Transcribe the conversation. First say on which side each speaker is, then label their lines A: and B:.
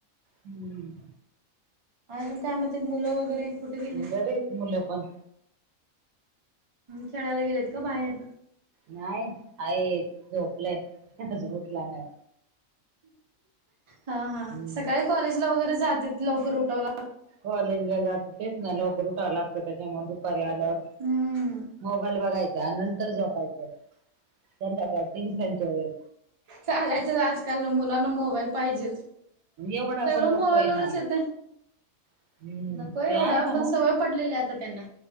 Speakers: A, on the right; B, on the right.
A: हम्म
B: अजून काय म्हणतात मुलं वगैरे कुठे गेले?
A: बरे हेत मुलं पण
B: खेळायला गेलेत का बाहेर
A: नाही आहे झोपलाय अजून उठला नाही
B: हा हा
A: हम्म
B: सकाळी कॉलेजला वगैरे जातेत लवकर उठव लागत
A: कॉलेजला जातेत ना म्हणून लवकर उठा लागते त्या दुपारी अजून
B: हम्म
A: मोबाईल बघायचा नंतर झोपायचं संध्याकाळी तीन त्यांच्यावर
B: चालायचंच आजकाल मुलांना मोबाईल पाहिजेच सगळं
A: एवढा पण नकोय
B: मोबाईलवरच
A: ना
B: येते
A: हम्म
B: नको एवढं
A: ते आहे म्हणा
B: पण सवय पडलेली आता त्यांना